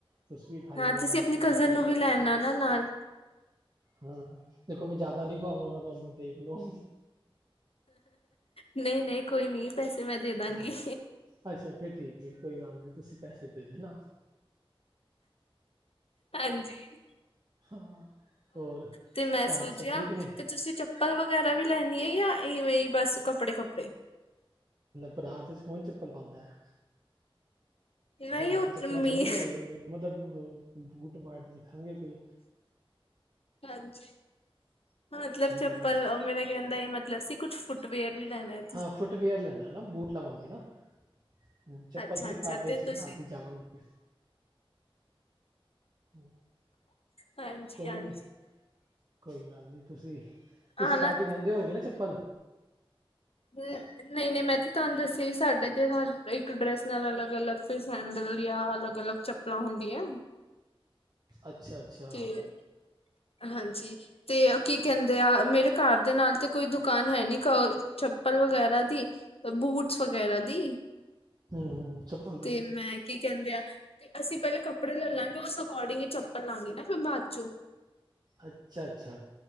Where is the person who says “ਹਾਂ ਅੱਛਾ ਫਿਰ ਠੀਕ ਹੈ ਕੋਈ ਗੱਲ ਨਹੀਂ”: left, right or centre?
Right